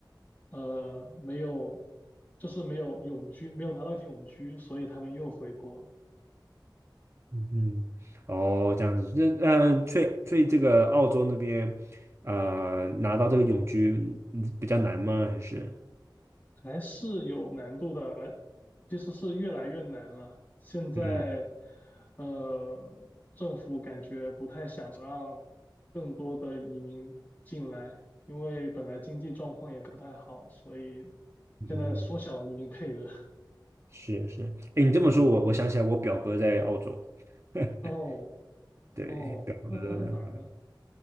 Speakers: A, on the left (about 20°); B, on the right (about 35°).
A: 呃没有，就是没有永居，没有拿到永居，所以他们又回国了，
B: 嗯哼，哦，这样子，那呃，所以所以这个澳洲那边，呃，拿到这个永居嗯比较难吗？还是
A: 还是有难度的。其实是越来越难了。现在，
B: 嗯
A: 呃，政府感觉不太想让更多的移民进来，因为本来经济状况也不太好，所以
B: 嗯，
A: 现在缩小移民配额。<laughs>
B: 是是，哎，你这么说，我我想起来，我表哥在澳洲，<laughs>
A: 哦
B: 对，
A: 哦，
B: 表哥。
A: 那他在哪儿呢？